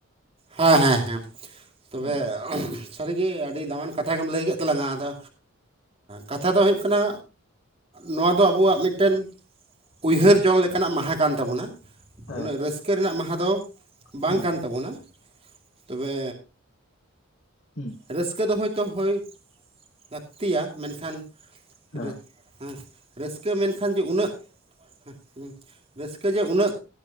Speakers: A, on the right; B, on the left.
A: ᱦᱮᱸᱻ ᱦᱮᱸᱻ ᱦᱮᱸᱻ ᱛᱚᱵᱮ
B: ᱦᱮᱸ
A: ᱥᱟᱹᱨᱤᱜᱮ ᱟᱹᱰᱤ ᱫᱟᱢᱟᱱ ᱠᱟᱛᱷᱟ ᱜᱮᱢ ᱞᱟᱹᱭ ᱠᱮᱫ ᱛᱟᱞᱟᱝᱟ, ᱟᱫᱚ ᱠᱟᱛᱷᱟ ᱫᱚ ᱦᱩᱭᱩᱜ ᱠᱟᱱᱟ, ᱱᱚᱣᱟ ᱫᱚ ᱟᱵᱚᱣᱟᱜ ᱢᱮᱫᱴᱮᱱ ᱩᱭᱦᱟᱹᱨ
B: ᱦᱮᱸ
A: ᱡᱚᱝ ᱞᱮᱠᱟᱱᱟᱜ ᱢᱟᱦᱟ ᱠᱟᱱ ᱛᱟᱵᱚᱱᱟ᱾
B: ᱦᱮᱸ
A: ᱩᱱᱟᱹᱜ ᱨᱟᱹᱥᱠᱟᱹ ᱨᱮᱱᱟᱜ ᱢᱟᱦᱟ ᱫᱚ ᱵᱟᱝ
B: ᱦᱮᱸ
A: ᱠᱟᱱ ᱛᱟᱵᱚᱱᱟ᱾ ᱛᱚᱵᱮ
B: ᱦᱩᱸᱻ᱾
A: ᱨᱟᱹᱥᱠᱟᱹ ᱫᱚ ᱦᱳᱭᱛᱚ ᱦᱳᱭ ᱞᱟᱹᱠᱛᱤᱭᱟ᱾ ᱢᱮᱱᱠᱷᱟᱱ
B: ᱦᱮᱸ
A: ᱨᱟᱹ
B: ᱦᱮᱸ ᱦᱮᱸ
A: ᱦᱮᱸ ᱨᱟᱹᱥᱠᱟᱹ ᱢᱮᱱᱠᱷᱟᱱ ᱡᱮ ᱩᱱᱟᱹᱜ ᱮ ᱦᱮᱸ ᱨᱟᱹᱥᱠᱟᱹ ᱡᱮ ᱩᱱᱟᱹᱜ